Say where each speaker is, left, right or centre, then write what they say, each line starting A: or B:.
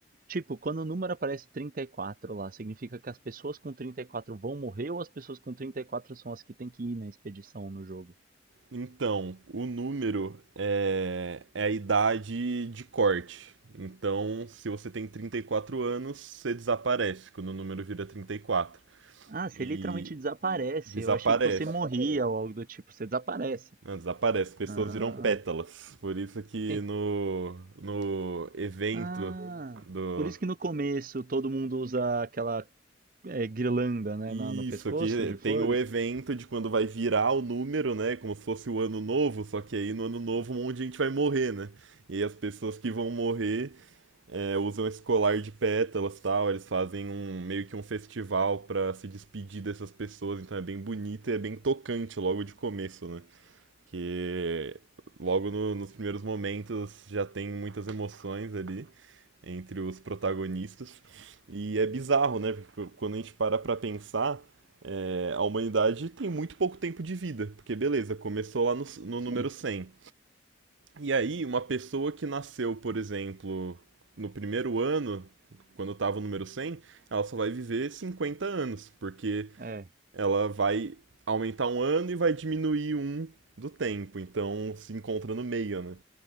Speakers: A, on the right; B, on the right.
A: Tipo, quando o número aparece 34 lá, significa que as pessoas com 34 vão morrer ou as pessoas com 34 são as que têm que ir na expedição no jogo?
B: Então, o número é, é a idade de corte. Então, se você tem 34 anos, você desaparece quando o número vira trinta E quatro.
A: Ah, você
B: E
A: literalmente desaparece.
B: desaparece.
A: Eu achei que você Desaparece. morria ou algo do tipo. Você desaparece.
B: Não, desaparece. as Pessoas
A: Ah,
B: viram pétalas. Por isso que
A: tem...
B: no, no evento
A: ah,
B: do.
A: por isso que no começo todo mundo usa aquela é, guirlanda, né,
B: Isso,
A: na- no pescoço
B: aqui
A: de flores.
B: tem o evento de quando vai virar o número, né? Como se fosse o ano novo, só que aí no ano novo um monte de gente vai morrer, né? E aí as pessoas que vão morrer é, usam esse colar de pétalas e tal, eles fazem um meio que um festival pra se despedir dessas pessoas, então é bem bonito e é bem tocante logo de começo, né? Que logo no- nos primeiros momentos já tem muitas emoções ali entre os protagonistas. E é bizarro, né? Porque quando a gente para pra pensar, é, a humanidade tem muito pouco tempo de vida, porque beleza, começou lá no, no número
A: Sim,
B: 100 e aí, uma pessoa que nasceu, por exemplo, no primeiro ano, quando estava o número cem ela só vai viver 50 anos, porque
A: é.
B: ela vai aumentar um ano e vai diminuir um do tempo, então se encontra no meio, né?